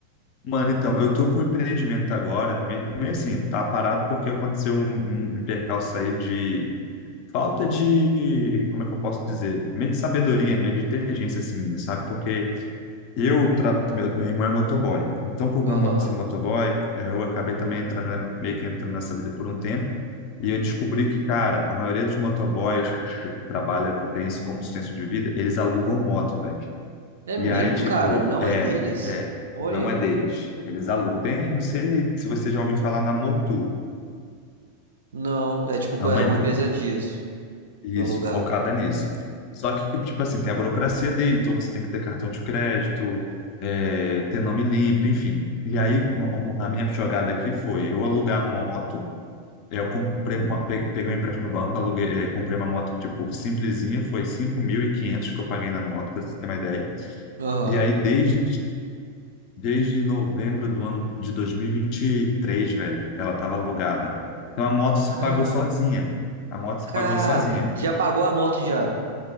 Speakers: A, on the left; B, on the right.
A: Mano, então, eu tô com um empreendimento agora, meio, meio assim, tá parado porque aconteceu um, um um percalço aí de falta de, como é que eu posso dizer? Meio de sabedoria, meio de inteligência, assim, minha, sabe? Porque Eu, tra... meu, meu irmão é motoboy. Então, por meu
B: Aham.
A: irmão ser motoboy, eh, eu acabei também entrando, na- meio que entrando nessa vida por um tempo. E eu descobri que, cara, a maioria dos motoboys que trabalha, que tem isso como sustento de vida, eles alugam moto, velho.
B: É mesmo,
A: E aí, tipo,
B: cara? Não
A: é,
B: é deles?
A: é,
B: Olha.
A: não é deles. Eles alugam. Tem, não sei se você já ouviu falar na Motu.
B: Não, é tipo,
A: É uma
B: é uma
A: empresa.
B: empresa dias
A: Isso,
B: pra alugar.
A: focada nisso. Só que, tipo assim, tem a burocracia deles, ou você tem que ter cartão de crédito, é, ter nome limpo, enfim. E aí, um- um- a minha jogada aqui foi eu alugar a moto, eh, eu comprei uma, pe- peguei um empréstimo no banco, aluguei, é, comprei uma moto, tipo, simplesinha, foi 5.500 que eu paguei na moto, para você ter uma ideia.
B: Aham.
A: E aí, desde, desde novembro do ano de 2023, velho, ela estava alugada. Então, a moto se
B: Ca-
A: pagou sozinha. A moto se
B: Cara,
A: pagou sozinha.
B: já pagou a moto já?